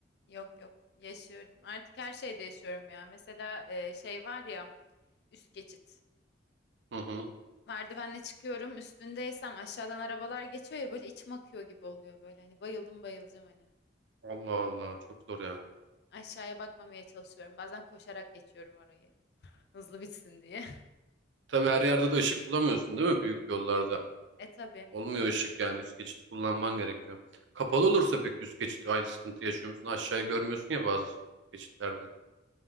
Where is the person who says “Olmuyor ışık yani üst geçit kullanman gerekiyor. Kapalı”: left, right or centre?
Right